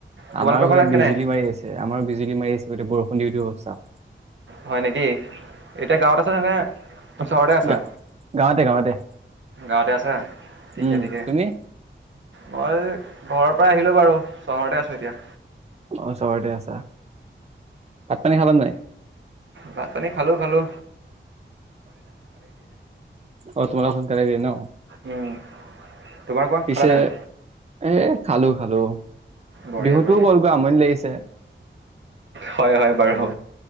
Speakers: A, on the right; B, on the right.
A: তোমালোকৰ
B: আমাৰো
A: ফালে
B: এয়া বিজুলী
A: কেনে
B: মাৰি আছে। আমাৰো বিজুলী মাৰি আছে গতিকে বৰষুণ দিও দিও অৱছতা।
A: হয় নেকি? এতিয়া গাঁৱত আছা নে নে চহৰতে আছা?
B: গা গাঁৱতে গাঁৱতে।
A: গাঁৱতে আছা? ঠিকে
B: উ,
A: ঠিকে
B: তুমি?
A: মই ঘৰৰপা আহিলো বাৰু, চহৰতে আছো এতিয়া।
B: অ', চহৰতে আছা? ভাত পানী খালা নাই?
A: ভাত-পানী খালো খালো।
B: অ', তোমালোক সোনকালেই দিয়ে ন?
A: উম তোমাৰ কোৱা
B: পিছে
A: খালা নে নাই?
B: এ, খালো খালো।
A: বঢ়িয়া
B: বিহুতোও
A: বঢ়িয়া
B: গ'লগৈ আমনি লাগিছে।
A: হয় হয় বাৰু।